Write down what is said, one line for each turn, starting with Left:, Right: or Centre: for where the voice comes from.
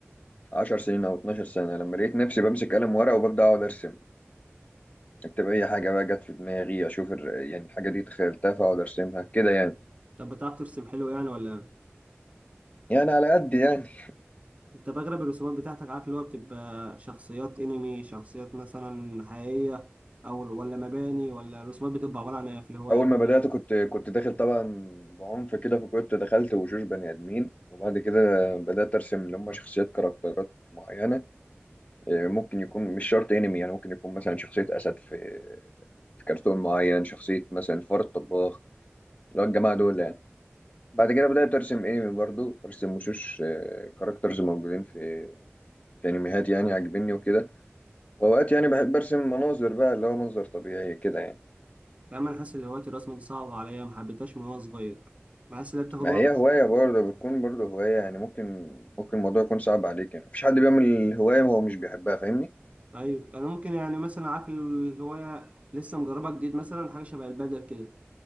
Left: 10 سنين أو 12 سنة لما لقيت نفسي بمسك قلم ورقة وببدأ أقعد أرسم أكتب أي حاجة بقى جت في دماغي أشوف الر- يعني الحاجة دي تخيلتها فأقعد أرسمها كده يعني
Right: طب بتعرف ترسم حلو يعني ولا إيه؟
Left: يعني على قد يعني
Right: انت بغلب الرسومات بتاعتك عارف اللي هو بتبقى شخصيات انمي شخصيات مثلا حقيقيه او ولا مباني ولا الرسومات بتبقى عباره عن إيه في الهوايات
Left: اول ما بدات كنت كنت داخل طبعا بعنف كده فكنت دخلت وشوش بني ادمين وبعد كده بدات ارسم اللي هم شخصيات كاركترات معينه إيه، ممكن يكون مش شرط انمي يعني ممكن يكون مثلا شخصيه اسد في في كرتون معين شخصيه مثلا الفار الطباخ اللي هو الجماعه دول يعني بعد كده بدات ارسم انمي برضو ارسم وشوش كاركترز موجودين في في انميات يعني عاجبني وكده واوقات يعني بحب ارسم مناظر بقى اللي هو منظر طبيعي كده يعني
Right: فاهم انا حاسس ان هوايه الرسم دي صعبه عليا ما حبيتهاش من وانا صغير بحس انها بتاخد
Left: ما
Right: وقت
Left: هي هواية برضه بتكون برضه هواية يعني ممكن ممكن الموضوع يكون صعب عليك يعني مفيش حد بيعمل هواية هو مش بيحبها فاهمني؟
Right: ايوه انا ممكن يعني مثلا عارف الهوايه لسه مجربها جديد مثلا حاجه شبه البادل كده